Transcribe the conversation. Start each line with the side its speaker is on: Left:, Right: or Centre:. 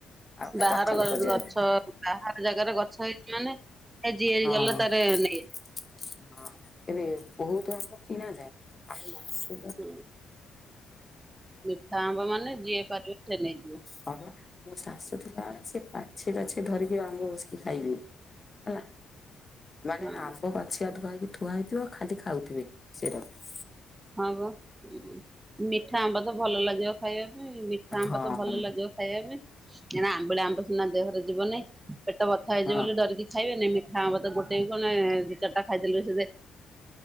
Left: ଆଉ ସେ
Right: ବାହାର
Left: ପାଖ ଲୋକ
Right: ଗ
Left: ଯିଏ
Right: ଗଛ ବାହାର ଜାଗାରେ ଗଛ ହେଇଛି ମାନେ ଏ ଯିଏ
Left: ହଁ।
Right: ଗଲା
Left: ହଁ
Right: ତାର ନେଇ
Left: ଏବେ ବହୁତ ଆମ୍ବ କିଣାଯାଏ ଆମ ଗାଁକୁ
Right: ହୁଁ ମିଠା ଆମ୍ବ ମାନେ ଯିଏ ପାରିବ ସେ ନେଇଯିବ।
Left: ହଁ ବା ମୋ ଶାଶୁ ଥିଲାବେଳେ ସେ ବାଛି ବାଛି ଧରିକି ଆମ୍ବ ବସିକି ଖାଇବେ। ହେଲା। ମାନେ
Right: ହଁ
Left: ଆମ୍ବ ପାଚିଆ ଧୁଆଇକି ଥୁଆ ହେଇଥିବ ଖାଲି ଖାଉଥିବେ ସେଇଟାକୁ।
Right: ହଁ ବା ଉଁ ମିଠା ଆମ୍ବ ତ ଭଲ ଲାଗିବ ଖାଇବା ପାଇଁ ମିଠା ଆମ୍ବ
Left: ହଁ
Right: ତ ଭଲ ଲାଗିବ ଖାଇବା ପାଇଁ। ସିନା ଆମ୍ବିଳା ଆମ୍ବ ସିନା ଦେହରେ ଯିବନି ପେଟ ବଥା ହେଇଯିବ
Left: ହଁ
Right: ବୋଲି ଡରିକି ଖାଇବେନି ମିଠା ଆମ୍ବତ ଗୋଟେବି କଣ ଦି ଚାରିଟା ଖାଇଦେଲେ ସେ